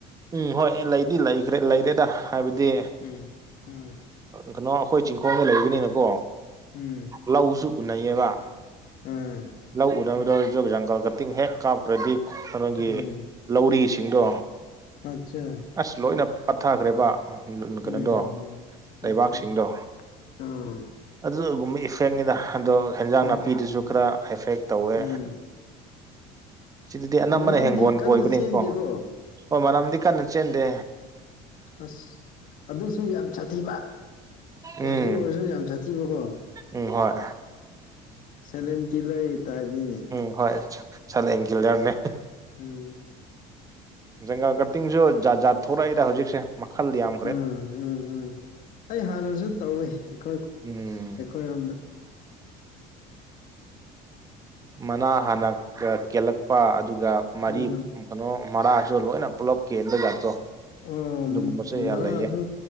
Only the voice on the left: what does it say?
ꯎꯝ ꯎꯝ
ꯎꯝ
ꯎꯝ
ꯎꯝ
ꯑꯆꯥ
ꯎꯝ ꯎꯝ ꯎꯝ
ꯑꯆꯥ ꯑꯥ
ꯎꯝ
ꯎꯝ
ꯃꯅꯝꯗꯤ
ꯀꯟꯅ
ꯆꯦꯟꯗꯦꯀꯣ
ꯑꯁ ꯑꯗꯨꯁꯨ ꯌꯥꯝ ꯁꯥꯊꯤꯕ
ꯑꯗꯨ ꯑꯣꯏꯔꯁꯨ ꯌꯥꯝ ꯁꯥꯊꯤꯕꯀꯣ
ꯁꯥꯏꯂꯦꯟ ꯀꯤꯂꯔꯒꯤ ꯇꯥꯏꯞꯅꯤꯅꯦ
ꯎꯝ
ꯎꯝ ꯎꯝ ꯎꯝ ꯑꯩ ꯍꯥꯟꯅꯖꯨ ꯇꯧꯋꯤ ꯑꯩꯈꯣꯏ ꯑꯩ
ꯑꯩꯈꯣꯏꯔꯣꯝꯗ
ꯎꯝ
ꯑꯣ
ꯃꯔꯥꯁꯨ